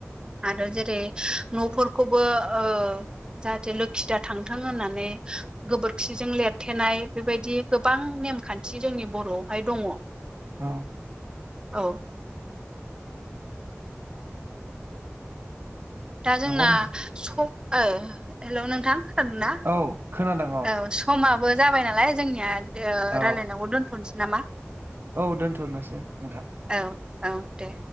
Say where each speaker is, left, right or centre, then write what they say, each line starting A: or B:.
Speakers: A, on the right (about 20°); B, on the right (about 50°).
A: आरो जेरै न'फोरखौबो ओ जाहाथे लोखि दा थांथों होननानै गोबोरखिजों लिरथेनाय बेबायदि गोबां नेमखान्थि जोंनि बर'आवहाय दङ।
B: औ
A: औ दा जोंना
B: नंगौ नों
A: स- ओ हेल' नोंथां खोनादों ना?
B: औ खोनादों
A: औ समाबो जाबाय नालाय जोंनिया ओ
B: औ
A: रायल्लायनांगबो दोन्थ'नोसै नामा।
B: औ दोन्थ'नोसै नोंथां
A: औ औ दे।